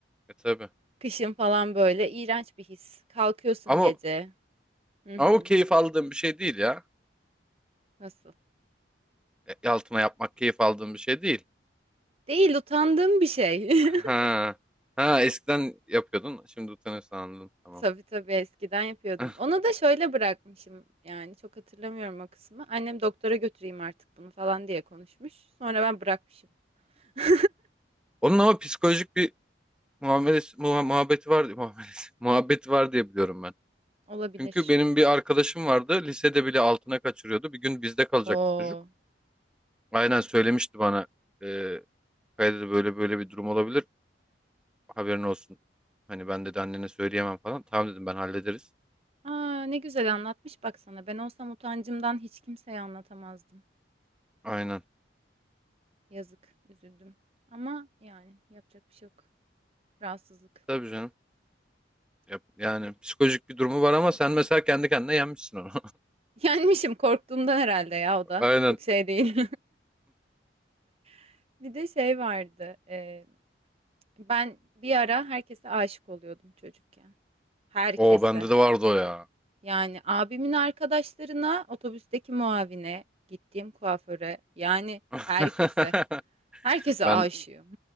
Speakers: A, in the centre; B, on the right (about 30°).
A: E tabii.
B: Kışın falan böyle iğrenç bir his. Kalkıyorsun
A: Ama,
B: gece. Hı hı.
A: ama o keyif aldığım bir şey değil ya.
B: Nasıl?
A: E, altına yapmak keyif aldığım bir şey değil.
B: Değil utandığım bir şey.
A: Ha.
B: <laughs>
A: Ha eskiden yapıyordun. Şimdi utanıyorsun anladım. Tamam.
B: Tabii tabii eskiden yapıyordum.
A: <laughs>
B: Onu da şöyle bırakmışım yani çok hatırlamıyorum o kısmı. Annem doktora götüreyim artık bunu falan diye konuşmuş. Sonra ben bırakmışım. <laughs>
A: Onun ama psikolojik bir muamelesi, muha- muhabbeti var diye muamelesi, <laughs> muhabbeti var diye biliyorum ben.
B: Olabilir.
A: Çünkü benim bir arkadaşım vardı. Lisede bile altına kaçırıyordu. Bir gün bizde kalacaktı
B: Oo.
A: çocuk. Aynen söylemişti bana. E, Kaya dedi böyle böyle bir durum olabilir. Haberin olsun. Hani ben dedi annene söyleyemem falan. Tamam dedim ben hallederiz.
B: Aa, ne güzel anlatmış baksana. Ben olsam utancımdan hiç kimseye anlatamazdım.
A: Aynen.
B: Yazık, üzüldüm. Ama yani yapacak bir şey yok. Rahatsızlık.
A: Tabii canım. Yap- Yani psikolojik bir durumu var ama sen mesela kendi kendine yenmişsin onu.
B: <laughs> Yenmişim korktuğumdan herhalde ya o da.
A: <laughs> Aynen.
B: Çok şey değil. <laughs> Bir de şey vardı. e, ben bir ara herkese aşık oluyordum çocukken. Herkese.
A: O bende de vardı o ya.
B: Yani abimin arkadaşlarına, otobüsteki muavine, gittiğim kuaföre, yani
A: <laughs>
B: herkese. Herkese
A: Ben
B: aşığım.